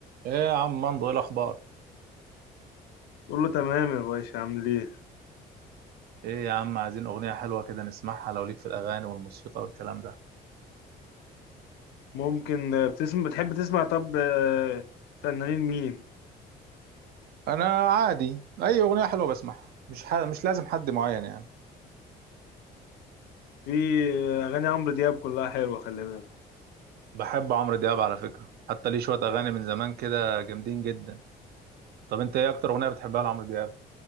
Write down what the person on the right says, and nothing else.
ايه يا عم مندو ايه الاخبار
ايه يا عم عايزين اغنيه حلوه كده نسمعها لو ليك في الاغاني والموسيقى والكلام ده
انا عادي اي اغنيه حلوه بسمعها مش ح... مش لازم حد معين يعني
بحب عمرو دياب على فكره حتى ليه شويه اغاني من زمان كده جامدين جدا طب انت ايه اكتر اغنيه بتحبها لعمرو دياب